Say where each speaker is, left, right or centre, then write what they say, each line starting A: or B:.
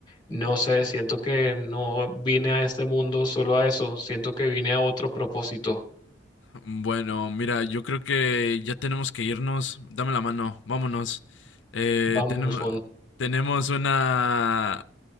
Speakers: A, on the left (about 25°); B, on the left (about 80°).
A: no sé, siento que no vine a este mundo solo a eso, siento que vine a otro propósito.
B: Bueno, mira, yo creo que ya tenemos que irnos. Dame la mano, vámonos. Eh,
A: Vamos,
B: tenemos,
A: Juan.
B: tenemos una